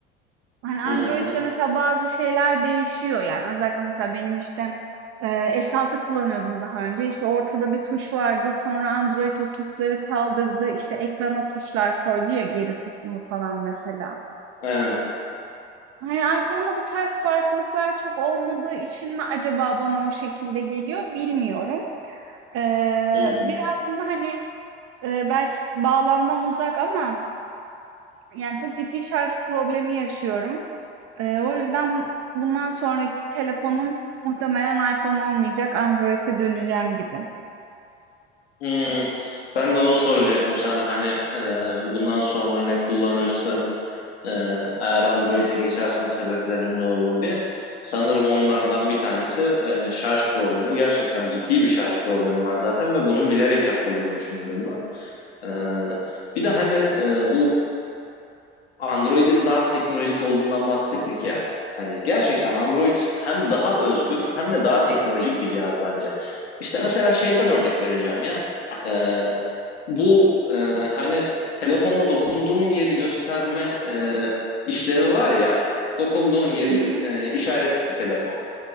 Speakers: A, on the right; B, on the left.
A: Hani Android'de
B: hı hı,
A: mesela bazı şeyler değişiyor yani özellikle mesela benim işte e, S6 kullanıyordum daha önce işte ortada bir tuş vardı sonra Android o tuşları kaldırdı işte ekrana tuşlar koydu ya geri tuşunu falan mesela.
B: evet,
A: Hani iPhone'da bu tarz farklılıklar çok olmadığı için mi acaba bana o şekilde geliyor bilmiyorum. Ee,
B: hı hı.
A: bir de aslında hani e, belki bağlamdan uzak ama yani çok ciddi şarj problemi yaşıyorum. Eee, o yüzden bundan sonraki telefonum muhtemelen iPhone olmayacak, Android'e döneceğim gibi.
B: Hmm, ben de onu soracaktım sana hani e, bundan sonra ne kullanırsın e, eğer Android'e geçersen sebeplerin ne olur diye. Sanırım onlardan bir tanesi e, şarj problemi. Gerçekten ciddi bir şarj problemi var zaten ve bunun bilerek yapıldığını düşünüyorum ben. E, bir de hani e, bu Android'in daha teknolojik olduğundan bahsettik ya. Hani gerçekten Android hem daha özgür hem de daha teknolojik bir cihaz bence. İşte mesela şeyden örnek vereceğim ya. E, bu e, hani telefonla dokunduğun yeri gösterme e, işlevi var ya dokunduğun yeri
A: Hı hı,
B: e, işaretli telefon.